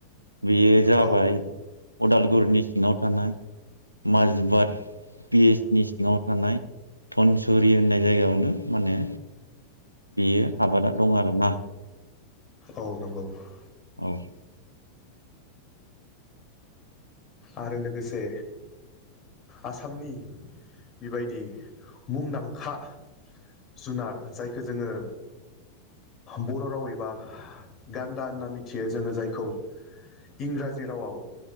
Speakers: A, on the right; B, on the left.
A: बेयो जाबाय
B: औ
A: अदालगुरिनि सिङाव थानाय माजबाद पिसनि सिङाव थानाय धनसुरि होननाय जायगायावनो माने बेयो आबादा दं आरोना ।
B: औ नंगौ ।
A: औ ।
B: आरो लोगोसे आसामनि बेबायदि मुंदांखा जुनार जायखौ जोङो बर' राव एबा गान्दा होनना मिथियो जोङो जायखौ इंराजि रावाव